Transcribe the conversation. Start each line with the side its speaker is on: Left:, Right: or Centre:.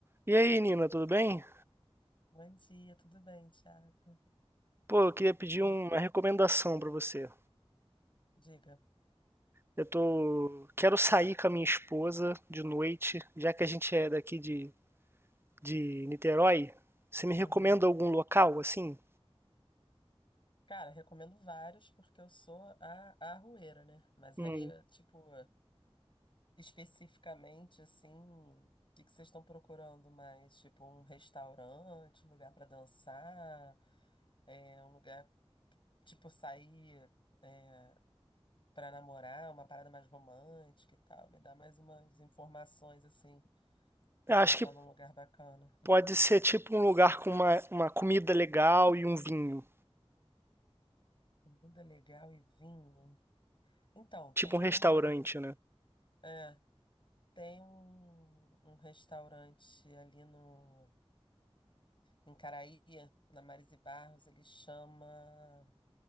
Right: E aí, Nina, tudo bem?
Left: Bom dia, tudo bem, Thiago?
Right: Pô, eu queria pedir
Left: Que-
Right: uma recomendação pra você.
Left: Diga.
Right: Eu tô, quero sair com a minha esposa de noite, já que a gente é daqui de, de Niterói. Você me recomenda
Left: Uhum.
Right: algum local assim?
Left: Cara, recomendo vários porque eu sou a, a arrueira, né? Mas
Right: Hum,
Left: aí, eu, tipo, especificamente, assim, o que que vocês estão procurando mais? Tipo, um restaurante, um lugar pra dançar, é, um lugar, tipo, sair é, para namorar, uma parada mais romântica e tal. Me dá mais umas informações, assim, pra
Right: eu
Left: eu
Right: acho
Left: pensar
Right: que
Left: num lugar bacana.
Right: pode ser tipo um lugar com uma, uma comida legal e um vinho,
Left: Comida legal e vinho. Então, tem
Right: tipo um restaurante,
Left: um.
Right: né?
Left: É, tem um, um restaurante ali no, em Caraía, na Marise Barros, ele chama